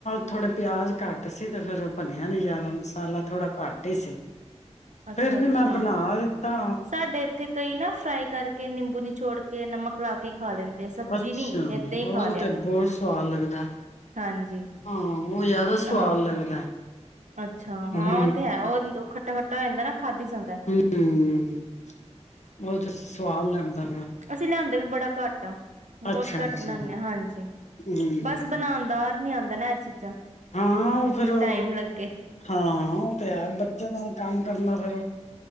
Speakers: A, on the left; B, on the right.
A: ਥੋੜੇ ਪਿਆਜ ਤਾਂ ਤੇ ਫਿਰਰ ਬਣਿਆ ਨੀ ਜ਼ਿਆਦਾ ਮਸਾਲਾ ਥੋੜਾ ਘੱਟ ਹੀ ਸੀ
B: ਅੱਛਾ
A: ਫਿਰ ਵੀ
B: ਅੱਛਾ
A: ਮੈਂ ਬਣਾ ਦਿੱਤਾ
B: ਸਾਡੇ ਇੱਥੇ ਕਈ ਨਾ ਫਰਾਈ ਕਰਕੇ ਨਿੰਬੂ ਨਿਚੋੜ ਕੇ ਨਮਕ ਲਾ ਕੇ ਖਾ ਲੈਂਦੇ ਆ ਸਬਜ਼ੀ
A: ਅੱਛਾ
B: ਨੀ ਏਦਾਂ ਹੀ ਖਾ
A: ਉਹ
B: ਲਿਆ
A: ਤੇ ਬਹੁਤ ਸਵਾਦ ਲੱਗਦਾ
B: ਹਾਂਜੀ
A: ਹਾਂ ਉਹ ਜਿਆਦਾ
B: ਹਾਂ
A: ਸਵਾਦ ਲੱਗਦਾ
B: ਅੱਛਾ ਹਾਂ
A: ਹਮ
B: ਉਹ ਤੇ ਹੈ ਉਹ ਖੱਟਾ ਖੱ ਖੱਟਾ ਹੋ ਜਾਂਦਾ ਨਾ ਖਾਧੀ ਜਾਂਦਾ
A: ਹਮ ਉਹ ਤੇ ਸਵਾਦ ਲੱਗਦਾ
B: ਅਸੀਂ ਲਿਆਂਦੇ ਵੀ ਬੜਾ ਘੱਟ ਬਹੁਤ
A: ਅੱਛਾ
B: ਘੱਟ
A: ਅੱਛਾ
B: ਬਣਾਉਦੇ ਹ ਹਾਂਜੀ
A: ਹਮ
B: ਬਸ ਬਣਾਉਣ ਦਾ ਨੀ ਆਉਂਦਾ ਨਾ ਇਹ ਚੀਜ਼ਾਂ
A: ਹਾਂ ਉਹ
B: ਜਿਹਨੂੰ
A: ਫੇਰ ਉਹ
B: ਟਾਈਮ ਲੱਗ
A: ਹਾਂ ਉਹ ਤੇ ਹੈ ਬੱਚਿਆਂ ਦਾ ਕੰਮ ਕਰਨਾ ਫਿਰ